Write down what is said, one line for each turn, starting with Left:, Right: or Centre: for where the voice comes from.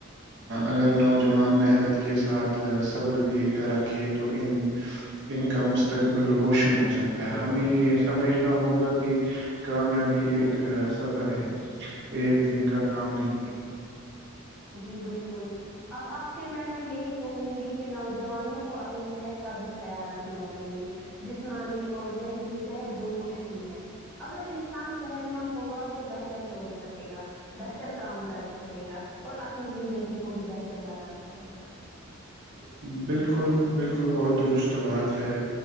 Right: اگر نوجوان محنت کے ساتھ صبر بھی رکھے تو ان ان کا مستقبل روشن ہو سکتا ہے ہمیں یہ سمجھنا ہوگا کہ کامیابی ایک سفر ہے ایک دن کا کام نہیں ہے
Centre: جی بالکل اب آخر میں میں یہی کہوں گی نوجوانوں کو اپنی صحت کا بھی خیال رکھنا چاہیے جس جسمانی اور ذہنی صحت دونوں اہم ہے اگر انسان صحت مند ہوگا تو بہتر سوچ سکے گا بہتر کام کر سکے گا اور اپنی زندگی کو بھی بہتر بنا سک سکے گا
Right: بالکل بالکل بہت درست بات ہے